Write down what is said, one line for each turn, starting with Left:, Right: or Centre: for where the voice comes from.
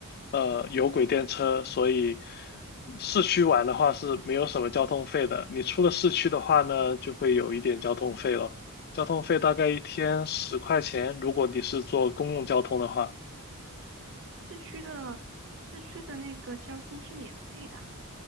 Left: 呃，有轨电车，所以市区玩的话是没有什么交通费的。你出了市区的话呢，就会有一点交通费了，交通费大概一天十块钱，如果你是坐公共交通的话。
Right: 市区的市区的那个交通是免费的啊，